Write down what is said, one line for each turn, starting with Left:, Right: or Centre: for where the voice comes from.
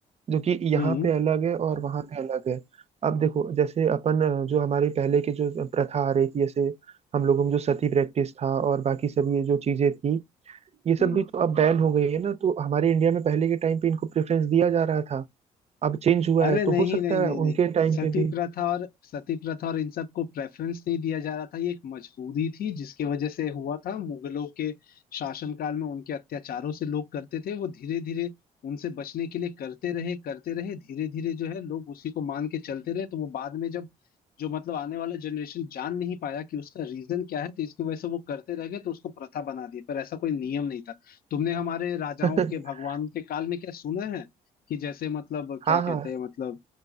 Right: जो कि यहाँ
Left: हम्म
Right: पे अलग है और वहाँ पे अलग है अब देखो जैसे अपन अ, जो हमारी पहले की जो प्रथा आ रही थी जैसे हम लोगों में जो सती प्रैक्टिस था और बाकी सब ये जो चीजें थी ये सब
Left: हम्म।
Right: भी तो अब बैन हो गई है ना तो हमारे इंडिया में पहले के टाइम पे इनको प्रेफरेंस दिया जा रहा था अब चेंज हुआ
Left: अरे
Right: है
Left: नहीं
Right: तो हो सकता
Left: नहीं नहीं
Right: है
Left: नहीं
Right: उनके टाइम
Left: सती
Right: पे भी
Left: प्रथा और सती प्रथा और इन सब को प्रेफरेंस नहीं दिया जा रहा था ये एक मजबूरी थी जिसके वजह से हुआ था मुगलों के शासनकाल में उनके अत्याचारों से लोग करते थे वो धीरे धीरे उनसे बचने के लिए करते रहे करते रहे धीरे धीरे जो है लोग उसी को मान के चलते रहे तो वो बाद में जब जो मतलब आने वाला जनरेशन जान नहीं पाया कि उसका रीजन क्या है तो इसकी वजह से वो करते रह गए तो उसको प्रथा बना दी पर ऐसा कोई नियम नहीं था तुमने हमारे राजाओं
Right: <laughs>
Left: के भगवान के काल में क्या सुना है कि जैसे मतलब क्या
Right: हाँ
Left: कहते
Right: हाँ
Left: हैं मतलब